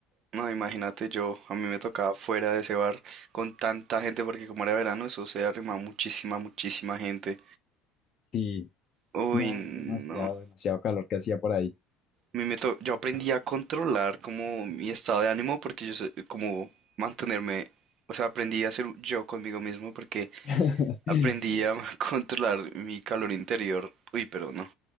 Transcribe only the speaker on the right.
No, imagínate yo, a mí me tocaba fuera de ese bar con tanta gente porque como era verano eso se arrimaba muchísima, muchísima gente.
Uy,
no.
A
mí me to- yo aprendí a controlar como mi estado de ánimo porque yo sé como mantenerme, o sea, aprendí a ser yo conmigo mismo porque
aprendí a <laughs> controlar mi calor interior. Uy, pero no.